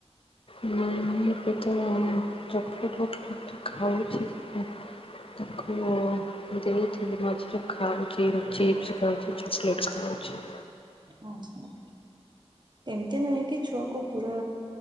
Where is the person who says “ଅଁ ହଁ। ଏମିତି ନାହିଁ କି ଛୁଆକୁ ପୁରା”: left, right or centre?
Right